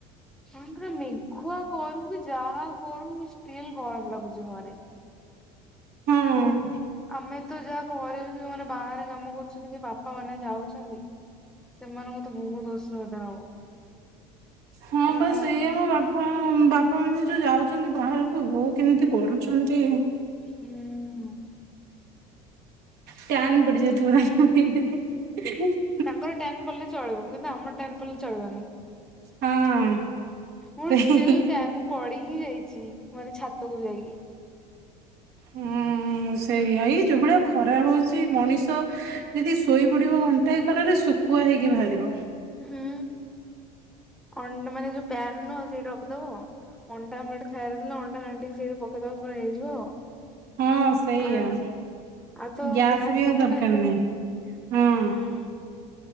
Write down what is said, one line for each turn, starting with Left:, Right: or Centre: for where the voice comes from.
Centre: ହଁ ପରା ମେଘୁଆ କରୁ କି ଯାହା କରୁ ଷ୍ଟିଲ୍ ଗରମ ଲାଗୁଚି ଘରେ।
Right: ହୁଁ।
Centre: ଆମେ ତ ଯାହା ଘରେ ଅଉ ଯୋଉମାନେେ ବାହାରେ କାମ କରୁଚନ୍ତି କି ବାପା ମାନେ ଯାଉଛନ୍ତି। ସେମାନଙ୍କୁ ତ ବହୁତ୍ ଅସୁବିଦା ହବ।
Right: ହଁ
Centre: ପୁରା
Right: ବା ସେଇଆ ବାପା ବାପା ମାନେ ଯୋଉ ଯାଉଚନ୍ତି ବାହାରକୁ ବୋଉ କେମିତି କରୁଛନ୍ତି।
Centre: ହୁଁ।
Right: ଟ୍ୟାନ୍ ପଡିଯାଉଥିବ <inaudible>
Centre: ତାଙ୍କର ଟ୍ୟାନ୍ ପଇଲେ ଚଳିବ କିନ୍ତୁ ଆମର ଟ୍ୟାନ୍ ପଇଲେ ଚଳିବନି।
Right: ହଁ
Centre: ମୁ
Right: ସେଇ
Centre: ଷ୍ଟିଲ୍ ଟ୍ୟାନ୍ ପଡିି ହିଁ ଯାଇଚି। ମାନେ ଛାତକୁ ଯାଇକି।
Right: ହୁଁ ସେଇଆ, ଏଇ ଯୋଉ ଭଳିଆ ଖରା ହଉଛି ମଣିଷ ଯଦି ଶୋଇପଡ଼ିବ ଘଣ୍ଟାଏ ଖରାରେ ଶୁକୁଆ ହେଇକି ବାହାରିବ।
Centre: ହୁଁ, ଅଣ୍ଡ୍ ମାନେ ଯୋଉ ପ୍ୟାନ୍ ନୁହଁ ସେଇଠି ରଖିଦବ ଅଣ୍ଡା ଆମଲେଟ୍ ଖାଇବାର ଥିଲେ ଅଣ୍ଡା ଘାଣ୍ଟିକି ସେଇଠି ପକେଇଦବ ପୁରା ହେଇଯିବ ଆଉ।
Right: ହଁ ସେଇଆ।
Centre: ଆ ଆଉ ତ
Right: ଗ୍ୟାସ୍ ବି ଆଉ
Centre: ଦଉନାହାନ୍ତି
Right: ଦରକାର ନାହିଁ,
Centre: ନା
Right: ହଁ।
Centre: ହୁଁ।